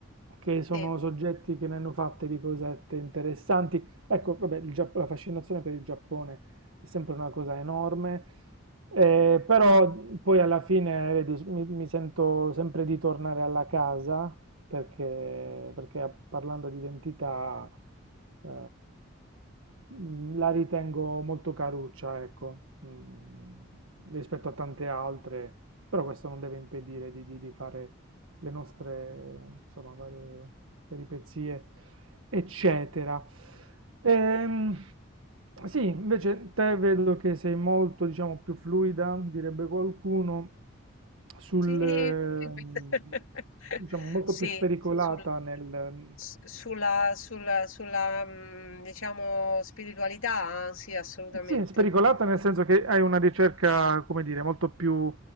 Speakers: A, on the right; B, on the left.
A: che sono
B: Sì.
A: soggetti che ne hanno fatte di cosette interessanti. Ecco, vabbè, il Gia- la fascinazione per il Giappone è sempre una cosa enorme, eh, però poi alla fine, vedi, mi, mi sento sempre di tornare alla casa perché, perché parlando di identità, eh, mh, la ritengo molto caruccia, ecco, mh, rispetto a tante altre, però questo non deve impedire di, di- di fare le nostre, insomma, varie peripezie, eccetera. Ehm, sì, invece te vedo che sei molto, diciamo, più fluida, direbbe qualcuno, sul,
B: Sì,
A: ehm,
B: <laughs>
A: diciamo, molto
B: sì,
A: più spericolata
B: sul-
A: nel,
B: s- sulla, sulla, sulla, mm, diciamo, spiritualità, sì, assolutamente.
A: Sì, è spericolata nel senso che hai una ricerca, come dire, molto più,